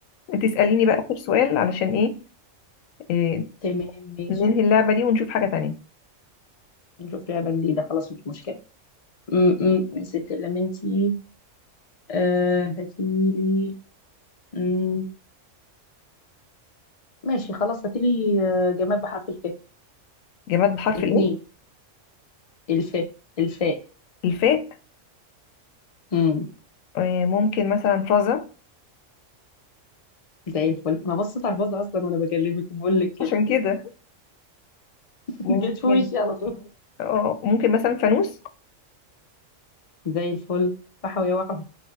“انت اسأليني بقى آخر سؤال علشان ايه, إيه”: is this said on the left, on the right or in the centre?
Left